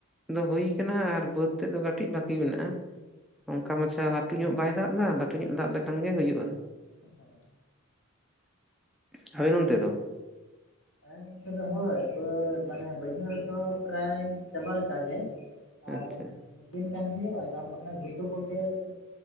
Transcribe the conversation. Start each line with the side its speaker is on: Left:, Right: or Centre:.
Centre: ᱫᱚ ᱦᱳᱭ ᱟᱠᱟᱱᱟ ᱟᱨ ᱵᱟᱹᱫᱽ ᱛᱮᱫ ᱫᱚ ᱠᱟᱹᱴᱤᱡ ᱵᱟᱠᱤ ᱢᱮᱱᱟᱜ-ᱟ᱾ ᱚᱱᱠᱟ ᱢᱟᱪᱷᱟ ᱞᱟᱹᱴᱩ ᱧᱚᱜ ᱵᱟᱭ ᱫᱟᱜ ᱮᱫᱟ ᱞᱟᱹᱴᱩ ᱧᱚᱜ ᱫᱟᱜ ᱞᱮᱠᱷᱟᱱ ᱜᱮ ᱦᱳᱭᱳᱜ-ᱟ᱾
Left: ᱦᱚᱭ ᱾
Centre: <inaudible> ᱟᱹᱵᱤᱱ ᱚᱱᱛᱮ ᱫᱚ
Left: ᱦᱮ ᱱᱚᱱᱛᱮ ᱫᱚ ᱦᱳᱭ, ᱵᱟᱹ ᱢᱟᱱᱮ ᱵᱟᱹᱭᱦᱟᱹᱲ ᱫᱚ ᱯᱨᱟᱭ ᱪᱟᱵᱟ ᱞᱮ ᱞᱮᱠᱟ ᱜᱮ ᱾ ᱟᱨ
Centre: ᱟᱪᱪᱷᱟ
Left: ᱢᱤᱫ ᱫᱤᱱ ᱜᱟᱱ ᱦᱩᱭᱩᱜ-ᱟ, ᱛᱟᱨᱯᱚᱨ ᱚᱱᱟ ᱜᱷᱩᱴᱩ ᱠᱚᱜᱮ ᱠᱟ. ᱴᱤᱡ